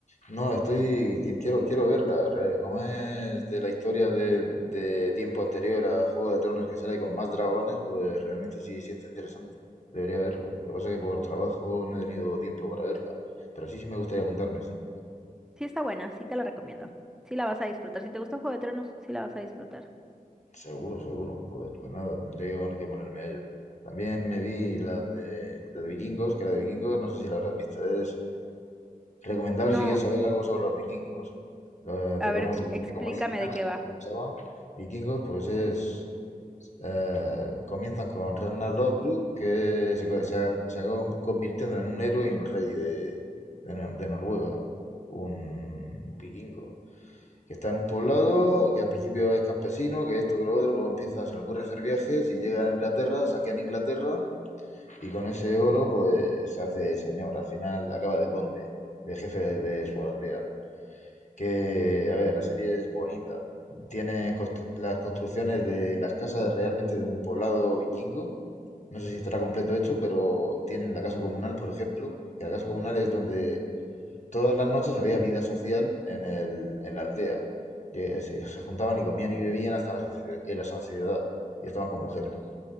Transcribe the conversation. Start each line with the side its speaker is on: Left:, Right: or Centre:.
Left: No, estoy, qui- quiero, quiero verla, re- como es de la historia de, de tiempo anterior a Juego de Tronos que sale con más dragones, pues realmente sí, sí está interesante, debería verlo. Lo que pasa es que por trabajo no he tenido tiempo para verla, pero sí, sí me gustaría apuntarme, sí.
Centre: Sí está buena, sí te la recomiendo. Sí la vas a disfrutar. Si te gusta Juego de Tronos, sí la vas a disfrutar.
Left: Seguro, seguro, pues, pues nada, tendré que bueno, que ponerme a ello. También me vi la de, la de Vikingos, que la de Vikingos no sé si la habrás visto, es Recomendable
Centre: No,
Left: si quieres saber algo sobre los vikingos, lo-
Centre: a
Left: de
Centre: ver,
Left: cómo, de
Centre: explícame
Left: cómo vivían,
Centre: de qué va.
Left: cómo luchaban. Vikingos, pues es. eh, comienzan con Ragnar Lothbrok, que se, co- se ha, se ha con- convirtiendo en un héroe y un rey de, de Nor- de Noruega, un vikingo, que está en un poblado, que al principio es campesino, que esto, que lo otro, luego empieza, se le ocurre hacer viajes y llegan a Inglaterra, saquean Inglaterra y con ese oro, pues se hace señor. Al final acaba de conde, de jefe de su aldea. Que, a ver, la serie es bonita. Tiene cost- las construcciones de las casas realmente de un poblado vikingo. No sé si estará completo hecho, pero tienen la casa comunal, por ejemplo. Que la casa comunal es donde todas las noches había vida social en el, en la aldea. Que se, se juntaban y comían y bebían hasta la saci- en la saciedad. Y estaban con mujeres.